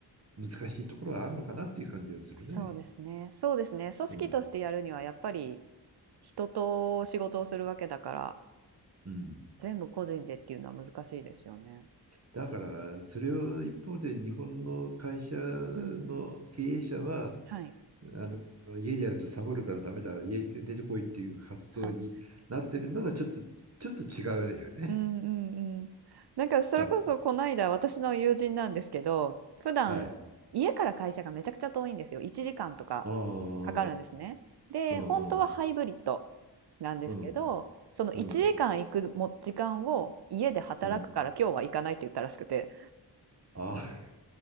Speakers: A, on the right; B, on the right.
A: 難しいところはあるのかなっていう感じはするね。
B: そうですね。そうですね。組織としてやるにはやっぱり
A: うん。
B: 人と仕事をするわけだから
A: うん
B: 全部個人でっていうのは難しいですよね。
A: だからそれを一方で日本の会社の経営者は
B: うん。はい。
A: あの家でやるとサボるからダメだ家出てこいっていう発想になってるのがちょっとちょっと違うよね。
B: はい。うんうんうん。なんかそれこそこの間私の友人なんですけど、
A: あ、
B: 普段家から会社がめちゃくちゃ遠いんですよ。
A: はい。
B: 1時間とか
A: うん
B: かかるんですね。で、
A: うんうんうん
B: 本当はハイブリッドなんですけど、
A: うん
B: その1時間行くも時間を家で働くから今日は行かないって言ったらしくて。
A: うんうんあ